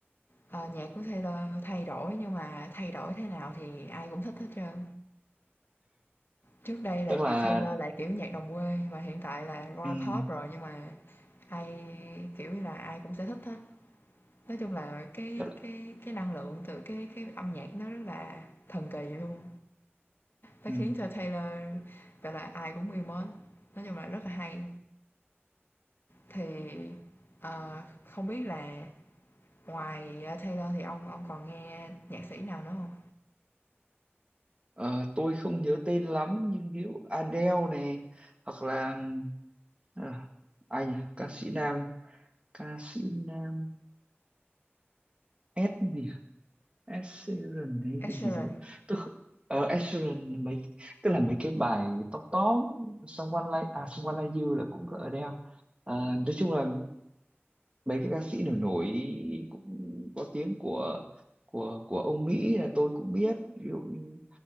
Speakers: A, on the left; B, on the right.
A: ờ, nhạc của Taylor thay đổi nhưng mà thay đổi thế nào thì ai cũng thích hết trơn. Trước đây là
B: Tức
A: nhạc
B: là,
A: Taylor là kiểu nhạc đồng quê nhưng mà hiện tại là rap
B: ừ,
A: pop rồi nhưng mà ai kiểu như là ai cũng sẽ thích hết. Nói chung là cái
B: tức là
A: cái cái năng lượng từ cái cái âm nhạc nó rất là thần kỳ luôn. Nó
B: ừ.
A: khiến cho Taylor gọi là ai cũng yêu mến. Nói chung là rất là hay. Thì ờ, không biết là ngoài ờ, Taylor thì ông ông còn nghe nhạc sĩ nào nữa không?
B: Ờ, tôi không nhớ tên lắm nhưng ví dụ Adele này hoặc là ừ, ờ, ai nhỉ? Ca sĩ nam ca sĩ nam S gì Asheron hay
A: Ed
B: cái
A: Sheeran,
B: gì gì tôi kh- ờ Asheron mấy tức là mấy cái bài top top Someone Like à Someone Like You là cũng có Adele Ờ, nói chung là mấy cái ca sĩ nổi nổi cũng có tiếng của của của Âu Mỹ là tôi cũng biết ví dụ như